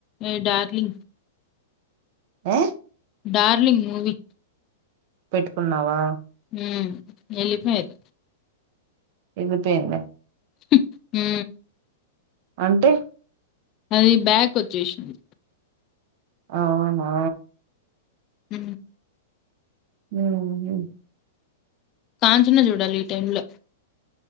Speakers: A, on the left; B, on the right.
A: ఏ డార్లింగ్
B: ఏ
A: డార్లింగ్ మూవీ
B: పెట్టుకున్నావా
A: ఉమ్ ఎళ్లిపయద్
B: ఏళ్ళిపోయింద
A: హు ఊ
B: అంటె
A: అది బ్యాక్ ఒచ్చేశింది
B: ఔనా
A: ఉ
B: ఊ ఉ
A: కాంచన చుడాలి ఈ టైమ్లో